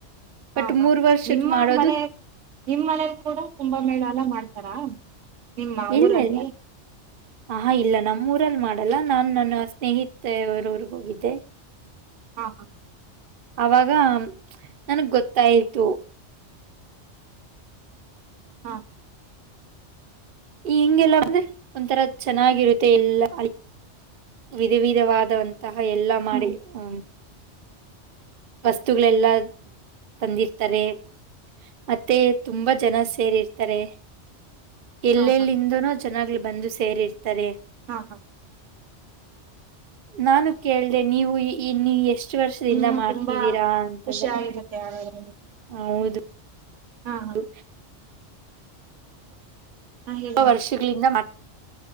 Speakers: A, on the right; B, on the right.
A: ಹಾ
B: ಬಟ್
A: ಹಾ
B: ಮೂರ್ ವರ್ಷಕ್
A: ನಿಮ್ಮ
B: ಮಾಡೋದು
A: ಮನೆ ನಿಮ್ಮ ಮನಲಿ ಕೂಡ ತುಂಬಾ ಮೇಳ ಎಲ್ಲ ಮಾಡ್ತಾರಾ ನಿಮ್ಮ
B: ಇಲ್ಲ
A: ಊರಲ್ಲಿ?
B: ಇಲ್ಲ ಆ ಇಲ್ಲ ನಮ್ಮೂರು ಲ್ಲಿ ಮಾಡಲ್ಲ ನಾನ್ ನನ್ನ ಸ್ನೇಹಿತವರವ್ರಗ ಹೋಗಿದ್ದೆ
A: ಹಾ ಹಾ
B: ಅವಾಗ ನನ್ಗ್ ಗೊತ್ತಾಯತು
A: ಹಾ
B: ಈ ಹಿಂಗೆಲ್ಲ ಅಂದ್ರೆ ಒಂಥರ ಚೆನ್ನಾಗಿರುತ್ತೆ ಎಲ್ಲಾ ವಿಧ ವಿಧವಾದಂತಹ ಎಲ್ಲಾ ಮಾಡಿ
A: ಹ್ಮ್
B: ಹ್ಮ ವಸ್ತುಗಳೆಲ್ಲ ತಂದಿರ್ತಾರೆ ಮತ್ತೆ ತುಂಬಾ ಜನ ಸೇರಿರ್ತಾರೆ ಎಲ್ಲೆಲ್ಲಿಂದನೋ
A: ಹಾ ಹಾ
B: ಚನಾಗ್ಲಿ ಬಂದು ಸೇರಿರ್ತಾರೆ
A: ಹಾ ಹಾ
B: ನಾನು ಕೇಳ್ದೆ ನೀವು ಇನ್ನು ಎಷ್ಟು ವರ್ಷದಿಂದ
A: ಇನ್ನು
B: ಮಾಡ್ತೀ
A: ತುಂಬಾ
B: ದ್ದೀರಾ ಅಂತಂದೆ
A: ಖುಷಿಯಾಗಿರುತ್ತೆ ಹಾಗಾದ್ರೆ ನಿಮ್ಗೆ
B: ಹೌದು
A: ಹಾ ಹಾ
B: ಹೌದು
A: ಹಾ ಹೇಳಿ
B: ಹ
A: ಹೇಳಿ
B: ವರ್ಷಗಳಿಂದ